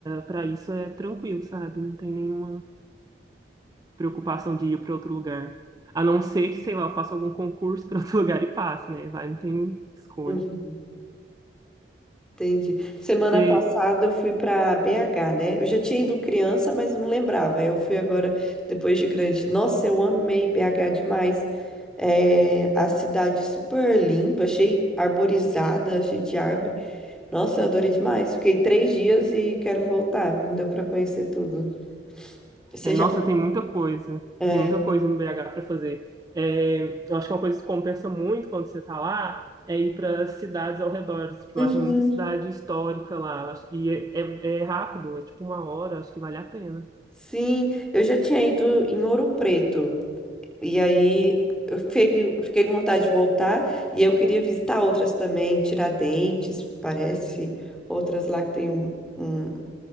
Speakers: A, on the right (about 20°); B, in the centre.
A: para isso é tranquilo, sabe? Não tem nenhuma preocupação de ir para outro lugar. A não ser que, sei lá, eu faça algum concurso para outro <laughs> lugar e passe, né? Vai, não tem escolha.
B: Uhum. Entendi. Semana
A: Você,
B: passada eu fui para BH, né? Eu já tinha ido criança, mas eu não lembrava. Eu fui agora depois de grande. Nossa, eu amei BH demais. É, a cidade super limpa, achei arborizada, cheia de árvore. Nossa, eu adorei demais. Fiquei três dias e quero voltar. Não deu para conhecer tudo. Você
A: é, nossa,
B: já?
A: tem muita coisa.
B: é,
A: Tem muita coisa no BH para fazer. É, eu acho que é uma coisa que compensa muito quando você está lá é ir para cidades ao redor, porque
B: Uhum.
A: lá tem muita cidade histórica lá. eu acho- E é, é- é rápido, é tipo uma hora, acho que vale a pena.
B: Sim, eu já tinha ido em Ouro Preto. E aí eu fiquei, fiquei com vontade de voltar e eu queria visitar outras também, Tiradentes, parece, outras lá que tem um, um-